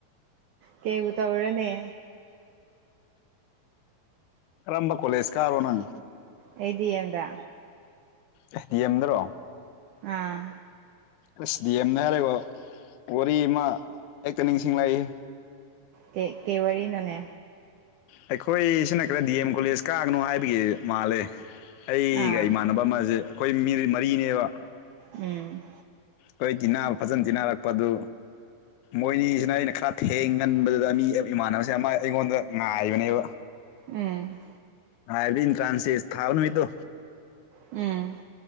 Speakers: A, on the right; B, on the left.
A: ꯀꯩꯕꯨ ꯇꯧꯔꯨꯅꯤ
B: ꯀꯔꯝꯕ ꯀꯣꯂꯦꯖ ꯀꯥꯕꯔꯣ ꯅꯪ꯫
A: ꯑꯩ ꯗꯤꯑꯦꯝꯗ
B: ꯑꯦ ꯗꯤ ꯑ‌ꯦꯝ ꯗꯔꯣ꯫
A: ꯑꯥ
B: ꯑꯁ ꯗꯤ ꯑꯦꯝꯗ ꯍꯥꯏꯔꯒ ꯋꯥꯔꯤ ꯑꯃ ꯍꯦꯛꯇ ꯅꯤꯡꯁꯤꯡꯂꯛꯏꯍꯦ
A: ꯀꯦ ꯀꯩ ꯋꯥꯔꯤ ꯅꯣꯅꯦ
B: ꯑꯩꯈꯣꯏ ꯁꯤꯅ ꯈꯔ ꯗꯤ ꯑꯦꯝ ꯀꯣꯂꯦꯖ ꯀꯥꯒꯅꯣ ꯍꯥꯏꯕꯒꯤ ꯃꯥꯜꯂꯦ ꯑꯩꯒ
A: ꯑꯥ
B: ꯏꯃꯥꯟꯅꯕ ꯑꯃꯁꯦ ꯑꯩꯈꯣꯏ ꯃꯤ ꯃꯔꯤꯅꯦꯕ꯫
A: ꯎꯝ
B: ꯑꯩꯈꯣꯏ ꯇꯤꯟꯅꯕ ꯐꯖꯅ ꯇꯤꯟꯅꯔꯛꯄꯗꯨ ꯃꯣꯏꯅꯤꯁꯤꯅ ꯑꯩꯅ ꯈꯔ ꯊꯦꯡꯒꯟꯕꯗꯨꯗ ꯃꯤ ꯏꯃꯥꯟꯅꯕꯁꯦꯅ ꯑꯃ ꯑꯩꯉꯣꯟꯗ ꯉꯥꯏꯕꯅꯦꯕ꯫
A: ꯎꯝ꯫
B: ꯍꯥꯏꯕꯗꯤ ꯏꯟꯇ꯭ꯔꯥꯟꯁꯇꯦꯁ ꯊꯥꯕ ꯅꯨꯃꯤꯠꯗꯣ
A: ꯎꯝ꯫